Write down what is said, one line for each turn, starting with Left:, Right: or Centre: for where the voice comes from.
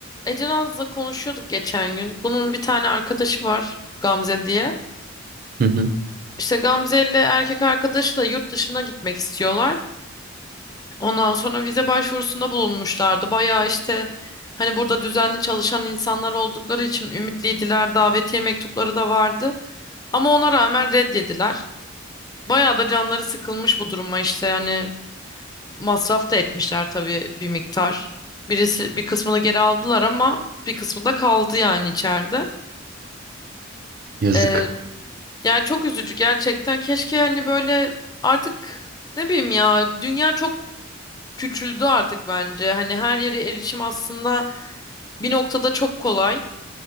Left: Ece Naz'la konuşuyorduk geçen gün. Bunun bir tane arkadaşı var Gamze diye.
Right: Hı hı.
Left: İşte Gamze ile erkek arkadaşı da yurt dışına gitmek istiyorlar. Ondan sonra vize başvurusunda bulunmuşlardı. Bayağı işte hani burada düzenli çalışan insanlar oldukları için ümitliydiler. Davetiye mektupları da vardı. Ama ona rağmen reddediler. Bayağı da canları sıkılmış bu duruma işte yani masraf da etmişler tabii bir miktar. Birisi bir kısmını geri aldılar ama bir kısmı da kaldı yani içeride.
Right: Yazık.
Left: Ee, Yani çok üzücü gerçekten. Keşke hani böyle artık ne bileyim ya dünya çok küçüldü artık bence. Hani her yere erişim aslında bir noktada çok kolay.